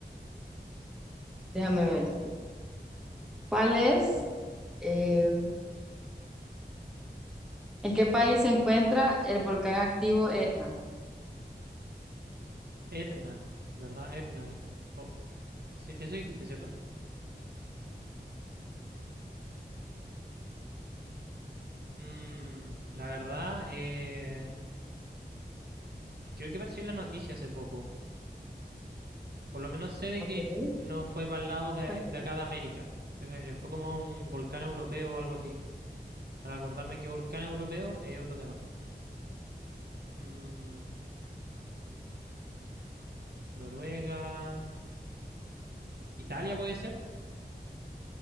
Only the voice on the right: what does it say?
Etna, ¿verdad? Etna de... o Sí, Eso dijiste, ¿cierto? Mm, la verdad, eh, creo que apareció en la noticia hace poco. Por lo menos sé de
que no fue para el lado de,
de acá de América. Eh, eh, Fue como un volcán europeo o algo así. Al acordarme que volcán europeo es otro tema. Mm, Noruega, Italia puede ser.